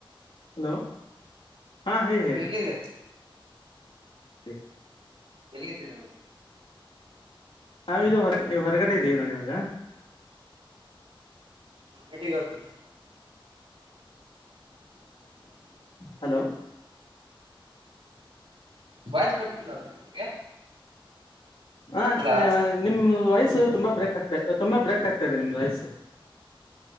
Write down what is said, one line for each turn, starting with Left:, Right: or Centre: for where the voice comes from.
Left: ಹಲೋ ಹಾಂ ಹೇಳಿ ಹೇಳ್
Right: ಎಲ್ಲಿದಿರ್.
Left: <unintelligible>
Right: ಎಲ್ಲಿದಿರ.
Left: ನಾವೀಗ ಹೊರ್ ಹೊರಗಡೆ ಇದ್ದೀವಿ ನಾವೀಗ.
Right: ಎಲ್ಲಿಗ್ ಹೋಗಿ
Left: ಹಲೋ.
Right: ವಾಯ್ಸ್ ಬರ್ತಿಲ್ವ ಬ್ರೊ ನಿಮ್ಗೆ.
Left: ಹಾ,
Right: ಹಲೋ
Left: ನಿಮ್ದ ವಾಯಸ್ಸು ತುಂಬಾ ಬ್ರೇಕ್ ಆಗ್ತಾ, ತುಂಬಾ ಬ್ರೇಕ್ ಆಗ್ತಾ ಇದೆ ನಿಮ್ದ ವಾಯಸ್ಸು.